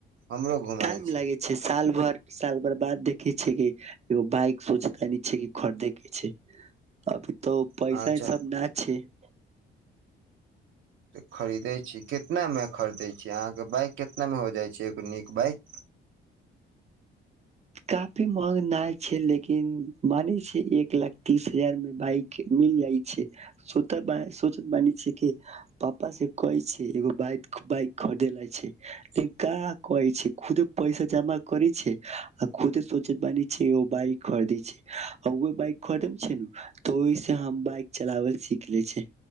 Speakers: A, on the right; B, on the right.
A: हमरो घुमाइ
B: टाइम लागय
A: छी
B: छैक साल भर साल भर बाद देखैय छियैक कि एगो बइक सोचैत छि कि खरदे केँ छैक अब तऽ पैसा
A: अहाँ
B: सब न छैक
A: तऽ खरीदै छी कितनामे खरीदै छी अहाँके बाइक केतनामे हो जाइ छैक एगो नीक बाइक
B: काफी महंगना छैक लेकिन मानै छैक एक लाख तीस हजार मे बाइक मिल जाइ छैक मानै छ पापा से कहै छै एगो बाइक खरीद ल छै लेकिन कह कहै छै खुदे पैसा जमा करै छै आ खुद सोचैत बानी छैक ओ बाइक खरीद छैक ओ बाइक खरिदय छै न तो ओहि से हम बाइक चलावल सिख ले छै